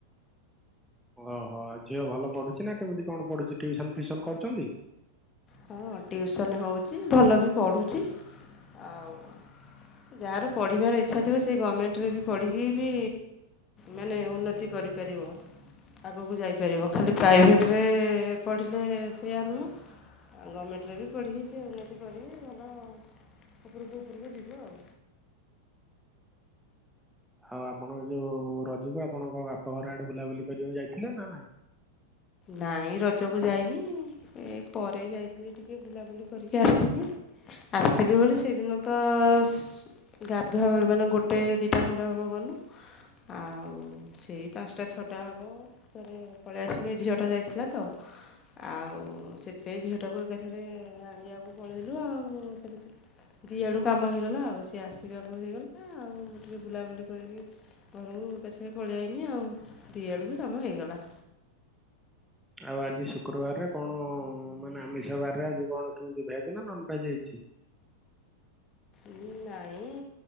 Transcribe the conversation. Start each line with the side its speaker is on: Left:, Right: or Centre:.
Centre: ଓହୋ ଝିଅ ଭଲ ପଢୁଛି ନା କେମିତି କଣ ପଢୁଛି ଟ୍ୟୁସନ୍ ଫିଉସନ କରୁଛନ୍ତି?
Left: ହଁ ଟ୍ୟୁସନ୍ ହେଉଛି ଭଲ ବି ପଢ଼ୁଛି ଆଉ ଯାହାର ପଢିବାର ଇଚ୍ଛା ଥିବ ସେ ଗମେଣ୍ଟରେ ବି ପଢ଼ିକି ବି ମାନେ ଉନ୍ନତି କରିପାରିବ। ଆଗକୁ ଯାଇପାରିବ ଖାଲି ପ୍ରାଇଭେଟରେ ପଢ଼ିଲେ ସେଇୟା ନୁହଁ। ଆଉ ଗମେଣ୍ଟରେ ବି ପଢ଼ିକି ସେ ଉନ୍ନତି କରିବେ ଭ ଲ ଉପରକୁ ଉପରକୁ ଯିବୁ ଆଉ।
Centre: ଆଉ ଆପଣଙ୍କ ଯୋଉ ରଜକୁ ଆପଣଙ୍କ ବାପଘର ଆଡେ ବୁଲାବୁଲି କରିବାକୁ ଯାଇଥିଲେ ନା ନାଇଁ।
Left: ନାଇଁ ରଜକୁ ଯାଇନି। ଏ ପରେ ଯାଇଥିଲି ଟିକେ ବୁଲାବୁଲି କରିକି ଆସିିନି ଆସିଥିଲି ବୋଲି ସେଇଦିନ ତ। <unintelligible> ଗାଧୁଆ ବେଳେ ମାନେ ଗୋଟେ ଦୁଇଟା ଖଣ୍ଡ ହେବ ଗଲୁ ଆଉ ସେଇ ପାଞ୍ଚଟା ଛଅଟା ହେବ ଥରେ ପଳେଇ ଆସିଲୁ ଏ ଝଅଟା ଯାଇଥିଲା ତ। ଆଉ ସେଥିପାଇଁ ଝିଅଟାକୁ ଏକାଥରେ ଆଣିବାକୁ ପଳେଇଲୁ ଆଉ ଏକାସାଥିରେ। ଦିଆଡୁ କାମ ହେଇଗଲା ଆଉ ସିଏ ଆସିବାକୁ ହେଇଗଲା ଆଉ ଆଉ ମୁଁ ଟିକିଏ ବୁଲାବୁଲି କରିକି ଘରକୁ ଏକାସଙ୍ଗେ ପଳେଇଆଇଲି ଆଉ। ଦିଆଡୁ ବି କାମ ହେଇଗଲା।
Centre: ଆଉ ଆଜି ଶୁକ୍ରବାରରେ କଣ ମାନେ ଆମିଷ ବାରରେ ଆଜି କଣ କେମିତି ଭେଜ ନା ନନଭେଜ ହେଇଛି?
Left: ଇଁ ନାଇଁ